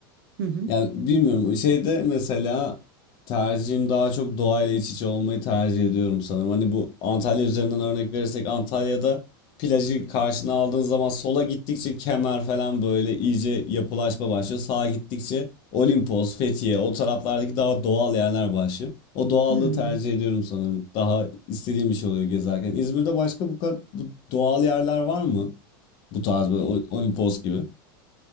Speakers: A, on the right; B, on the left.
A: Hı hı.
B: Ya bilmiyorum şeyde mesela tercihim daha çok doğayla iç içe olmayı tercih ediyorum sanırım. Hani bu Antalya üzerinden örnek verirsek Antalya'da plajı karşına aldığın zaman sola gittikçe Kemer falan böyle iyice yapılaşma başlıyor. Sağa gittikçe Olimpos, Fethiye o taraflardaki daha doğal yerler başlıyor. O doğallığı
A: Hmm.
B: tercih ediyorum sanırım. Daha istediğim bir şey oluyor gezerken. İzmir'de başka bu, kadar, bu doğal yerler var mı? Bu tarz böyle O- Olimpos gibi.